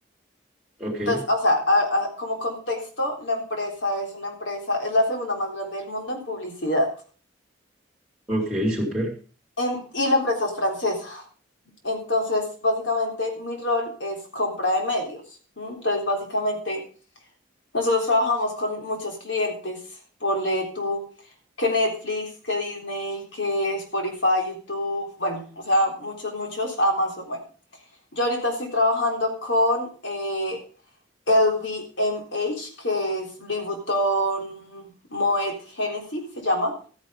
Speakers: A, in the centre; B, on the left.
A: Ok,
B: Entonces, o sea, a- a- como contexto, la empresa es una empresa, es la segunda más grande del mundo en publicidad.
A: ok, súper.
B: En- y la empresa es francesa. Entonces, básicamente, mi rol es compra de medios. ¿m? Entonces, básicamente, nosotros trabajamos con muchos clientes. Ponle tú que Netflix, que Disney, que Spotify, YouTube, bueno, o sea, muchos, muchos, Amazon, bueno. Yo ahorita estoy trabajando con eh, LVMH, que es Louis Vuitton Moet Hennessy, se llama,